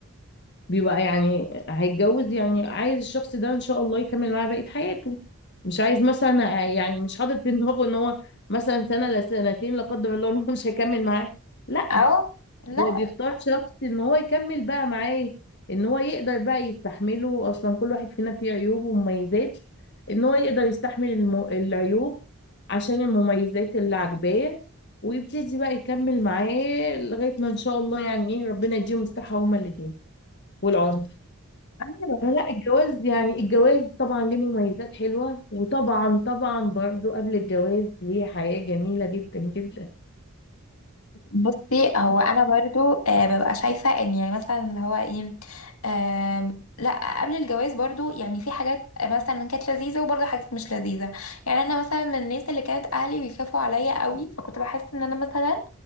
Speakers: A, on the left (about 50°); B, on the left (about 75°).
A: بيبقى يعني هيتجوز يعني عايز الشخص ده ان شاء الله يكمل معاه بقيه حياته مش عايز مثلا آه، يعني مش حاطط في دماغه ان هو مثلا سنه لسنتين لا قدر الله إن هو مش هيكمل معاه لا
B: اه لا
A: هو بيختار شخص ان هو يكمل بقى معاه ان هو يقدر بقى يستحمله اصلا كل واحد فينا فيه عيوب ومميزات ان هو يقدر يستحمل الم... العيوب عشان المميزات اللي عاجباه ويبتدي بقى يكمل معاه لغاية ما ان شاء الله يعني ايه ربنا يديهم الصحة هما الاتنين والعمر
B: ايوه
A: فلا الجواز يعني الجواز طبعا ليه مميزات حلوة وطبعا طبعا برضو قبل الجواز ليه حياة جميلة جدا جدا
B: بصي هو انا برضو آه ببقى شايفه ان يعني مثلا اللي هو ايه آم، لا قبل الجواز برضو يعني في حاجات مثلا كانت لذيذه وبرضو حاجات مش لذيذه يعني انا مثلا من الناس اللي كانت اهلي بيخافوا عليا قوي فكنت بحس ان انا مثلا